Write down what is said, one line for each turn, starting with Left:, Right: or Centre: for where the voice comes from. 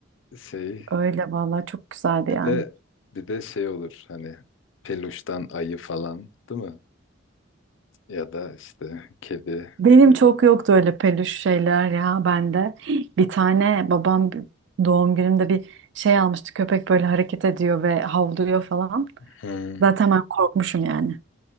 Left: şey
Right: Öyle vallahi çok güzeldi
Left: Bir
Right: yani.
Left: de bir de şey olur hani peluştan ayı falan değil mi? Ya da işte kedi.
Right: Benim çok yoktu öyle peluş şeyler ya bende. Bir tane babam doğum günümde bir şey almıştı. Köpek böyle hareket ediyor ve havlıyor falan.
Left: Hmm.
Right: Zaten ben korkmuşum yani.